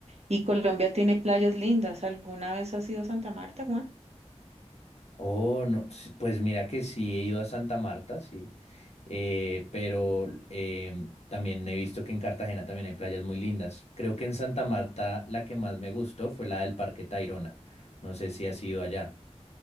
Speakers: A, on the right (about 65°); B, on the left (about 65°).
A: Y Colombia tiene playas lindas. ¿Alguna vez has ido a Santa Marta, Juan?
B: Oh, no, sí, pues mira que sí he ido a Santa Marta, sí, eh, pero em, también he visto que en Cartagena también hay playas muy lindas. Creo que en Santa Marta la que más me gustó fue la del Parque Tayrona. No sé si has ido allá.